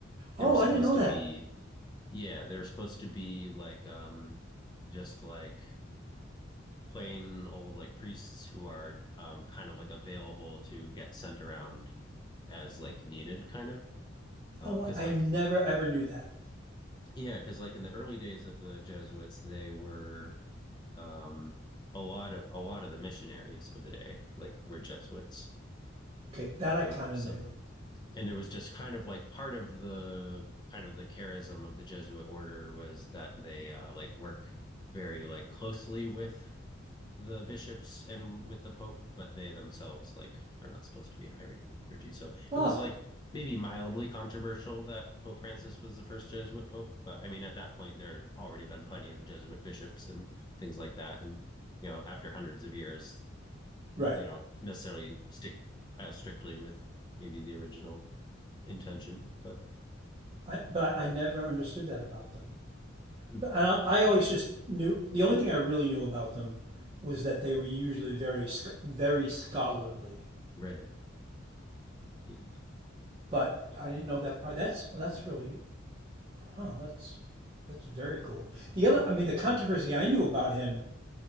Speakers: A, on the left (about 20°); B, on the right (about 30°).
A: They
B: Oh,
A: were supposed
B: I didn't know
A: to
B: that.
A: be yeah, they were supposed to be like um just like plain old like priests who are um kind of like available to get sent around as like needed kind of um
B: Oh,
A: because
B: I
A: like
B: never ever knew that.
A: yeah because like in the early days of the jesuits they were Um, a lot of a lot of the missionaries of the day, like were Jesuits.
B: Okay, that I
A: Um,
B: kind of
A: so
B: knew.
A: and there was just kind of like part of the kind of the charism of the Jesuit order was that they uh, like work very like closely with the bishops and with the pope, but they themselves like are not supposed to be hiring clergy. So
B: Oh,
A: it was like maybe mildly controversial that Pope Francis was the first Jesuit pope, but I mean at that point there had already been plenty of Jesuit bishops and things like that, and you know after hundreds of years
B: right.
A: they don't necessarily stick as strictly with maybe the original intention, but
B: I but I, I never understood that about them.
A: mm,
B: But I, I always just knew the only thing I really knew about them was that they were usually very very scholarly.
A: right, yeah,
B: but I didn't know that part. That's that's really huh, that's that's very cool. The other, I mean, the controversy
A: mhm,
B: I knew about him